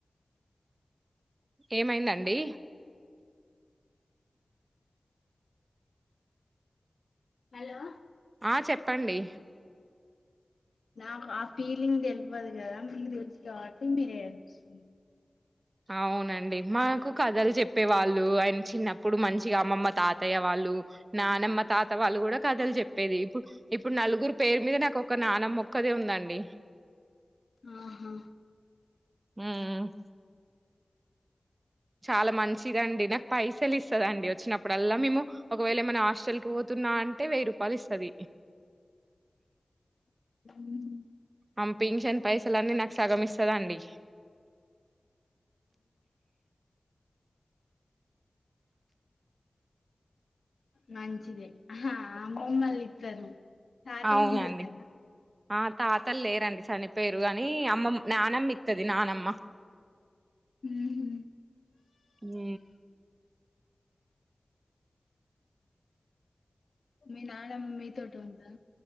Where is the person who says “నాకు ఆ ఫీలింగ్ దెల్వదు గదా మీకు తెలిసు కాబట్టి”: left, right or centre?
Left